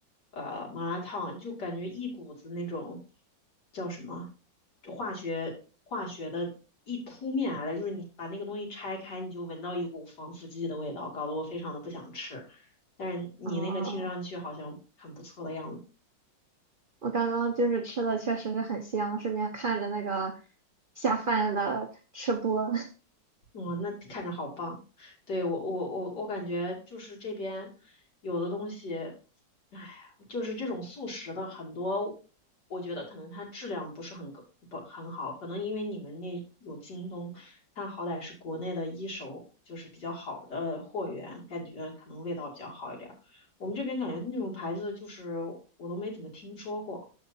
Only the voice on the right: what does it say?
嗯，我刚刚就是吃的确实是很香，顺便看着那个下饭的吃播，